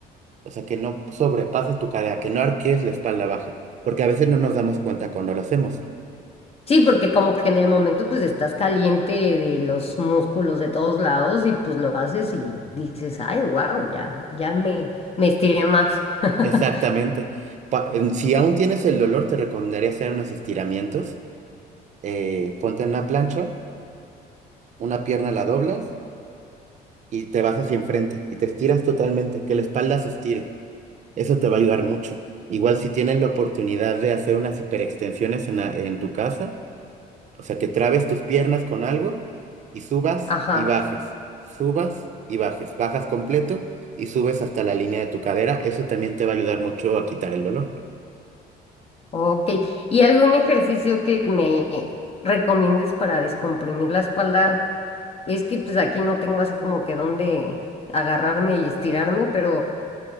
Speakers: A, on the right; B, on the left.
A: O sea, que no sobrepases tu cadera, que no arquees la espalda baja, porque a veces no nos damos cuenta cuando lo hacemos.
B: Sí, porque como que en el momento pues estás caliente de los músculos de todos lados y pues lo haces y dices, ay, wow, ya, ya me, me estiré más. <laughs>
A: Exactamente. Pa- en- si aún tienes el dolor, te recomendaría hacer unos estiramientos. Eh, ponte en una plancha, una pierna la doblas y te vas hacia enfrente y te estiras totalmente, que la espalda se estire. Eso te va a ayudar mucho. Igual si tienes la oportunidad de hacer unas hiperextensiones en, la- en tu casa, O sea, que trabes tus piernas con algo y subas
B: Ajá,
A: y bajes, subas y bajes, bajas completo y subes hasta la línea de tu cadera. Eso también te va a ayudar mucho a quitar el dolor.
B: ok. ¿Y algún ejercicio que me recomiendes para descomprimir la espalda? Es que pues aquí no tengo así como que dónde agarrarme y estirarme, pero